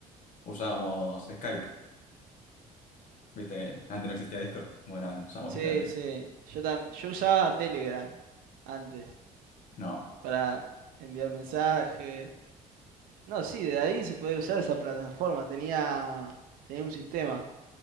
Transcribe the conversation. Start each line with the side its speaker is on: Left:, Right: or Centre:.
Left: usábamos Skype. Viste que antes no existía Discord. Bueno, usábamos
Right: Sí,
Left: Skype. ahí.
Right: sí. Yo, tam- yo usaba Telegram antes
Left: No,
Right: para enviar mensajes. No, sí, de ahí se puede usar esa plataforma. Tenía, tenía un sistema.